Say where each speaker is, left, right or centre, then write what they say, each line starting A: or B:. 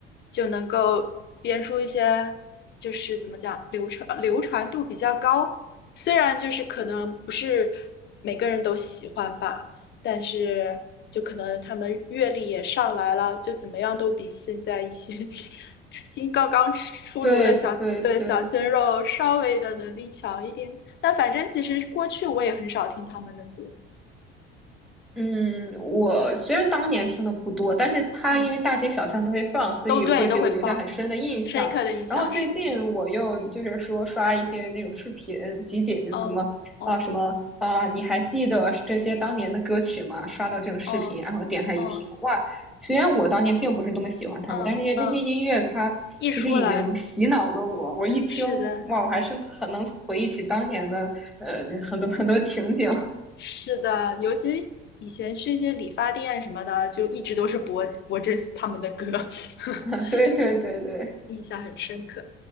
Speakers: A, on the left; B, in the centre.
A: 就能够编出一些就是怎么讲，流传流传度比较高。虽然就是可能不是每个人都喜欢吧，但是就可能他们阅历也上来了，就怎么样都比现在一些 <laughs> 新刚刚出炉的小的小鲜肉稍微的能力强一点。
B: 对对对，
A: 但反正其实过去我也很少听他们的歌，
B: 嗯，我虽然当年听的不多，但是它因为大街小巷都会放，
A: 嗯，
B: 所以会给我留下很深的印象。
A: 都对，都会放。深刻的印象是，
B: 然后最近我又就是说刷一些那种视频集锦，就是什么啊什么啊，
A: 哦哦
B: 你还记得这些当年的歌曲吗？刷到这种视频，
A: 哦
B: 然后点开一听，
A: 哦
B: 哇！虽然我当年并不是多么喜欢他们，
A: 嗯嗯，
B: 但是那些那些音乐它其实已经洗脑了我。
A: 一出来，
B: 我一听，
A: 是的，
B: 哇，我还是很能回忆起当年的呃很多很多情景。
A: 是的，尤其以前去一些理发店什么的，就一直都是播播这他们的歌。<laughs>
B: <laughs> 对对对对。
A: 对，印象很深刻。